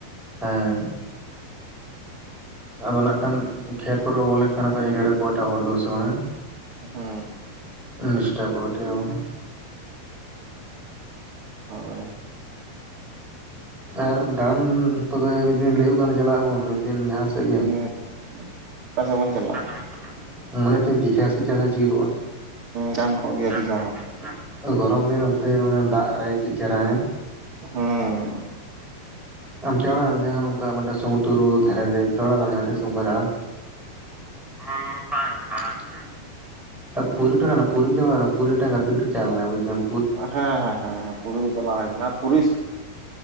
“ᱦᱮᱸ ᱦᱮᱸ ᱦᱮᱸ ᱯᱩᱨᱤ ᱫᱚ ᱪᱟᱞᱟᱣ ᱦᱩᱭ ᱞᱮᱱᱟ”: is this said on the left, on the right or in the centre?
Right